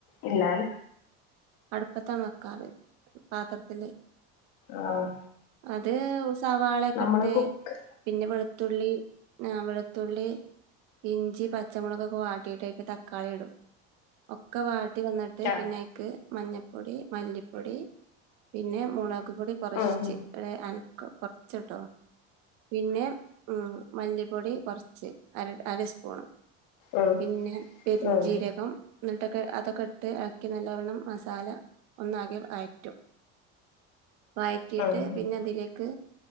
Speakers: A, on the left; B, on the right.
A: ഇല്ലാൽ
B: അടുപ്പത്താണ് വെക്കാറ് പാത്രത്തില്
A: ആഹ്
B: അത് സവാള ഒക്കെ
A: നമ്മള്
B: ഇട്ട്
A: കുക്ക്
B: പിന്നെ വെളുത്തുള്ളി ആഹ് വെളുത്തുള്ളി ഇഞ്ചി പച്ചമുളകൊക്കെ വാട്ടിയിട്ട് അയ്ക്ക് തക്കാളി ഇടും ഒക്കെ വാ ടി വന്നിട്ട്
A: ആഹ്
B: പിന്നെ അയ്ക്ക് മഞ്ഞപ്പൊടി മല്ലിപ്പൊടി പിന്നെ മുളക് പൊടി കുറശ്
A: ഉം
B: ച്ച് ഒരു അനക്കം കുറച്ച്ട്ടോ പിന്നെ ഉം മല്ലി പൊടി കൊറച്ച് അര അരസ്പൂണ്
A: ഉം
B: പിന്നെ പെരിഞ്ചീരകം
A: ഉം ഉം
B: ന്നട്ടൊക്കെ അതൊക്കെ ഇട്ട് എളക്കി നല്ലവണ്ണം മസാല ഒന്നാകെ വയറ്റും വഴറ്റിയിട്ട്
A: ഉം ഉം
B: പിന്നെ അതിലേക്ക്